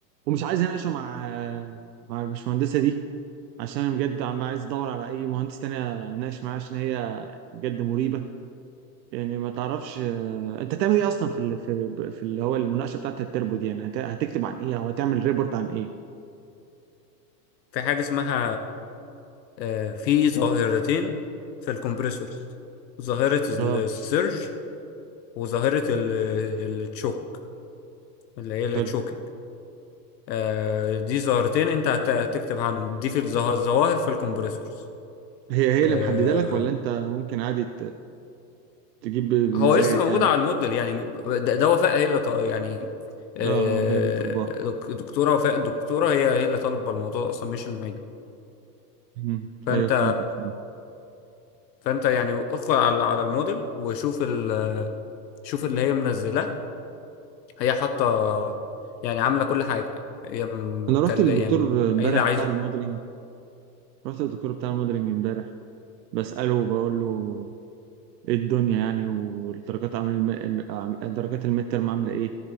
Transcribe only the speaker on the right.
ومش عايز اناقشه مع مع البشمهندسه دي عشان انا بجد عم عايز ادور على اي مهندس تاني اناقش معاه عشان هي يعني بجد مريبه يعني ما تعرفش آه، انت تعمل ايه اصلا في ال... في في اللي هو المناقشه بتاعت التربو دي يعني هت... هتكتب عن ايه او هتعمل ريبورت عن ايه
اه
حلو
هي هي
اللي محدده لك ولا انت ممكن عادي تجيب ب- بمزاجك
يعني
اه اه هي اللي طالباها
مم.
ايوه فهمتك مم.
انا رحت للدكتور
امبارح
بتاع الموديلنج رحت للدكتور بتاع الموديلنج امبارح بساله وبقول له ايه الدنيا يعني والدرجات عامل الم... ال- عم- درجات الميد ترم عامله ايه